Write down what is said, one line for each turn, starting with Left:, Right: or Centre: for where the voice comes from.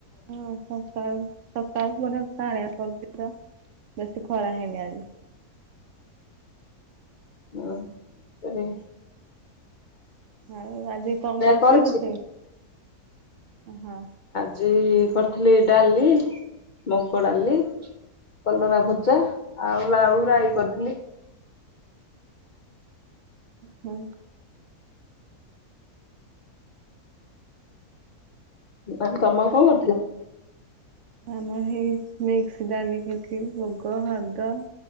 Right: ହଁ ସକାଳୁ। ସକାଳୁ ପହରୁ କାଆଁଲିଆ କରିଚି ତ ବେଶି ଖରା ହେଇନି ଆଜି।
Left: ହଁ ସେ।
Right: ଆଉ ଆଜି କଣ କରୁଚୁ
Left: କରିଛି
Right: ରୋଷେଇ। ହଁ।
Left: ଆଜି କରିଥିଲି ଡାଲି ମୁଗ ଡାଲି, କଲରା ଭଜା ଆଉ ଲାଉ ରାଇ କରିଥିଲି।
Right: ହୁଁ।
Left: ଆଉ ତମର କଣ କରୁଥିଲ।
Right: ଆମର ସେଇ ମିକ୍ସ ଡାଲି କରିଥିଲି ମୁଗ, ହରଡ଼